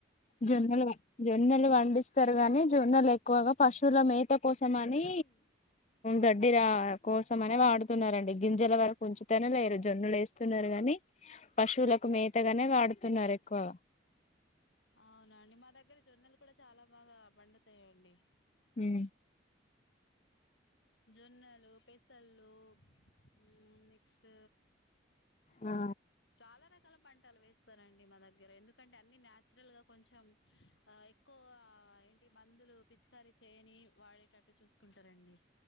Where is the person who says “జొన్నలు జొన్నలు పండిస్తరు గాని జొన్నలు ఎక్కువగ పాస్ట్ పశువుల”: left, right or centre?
Left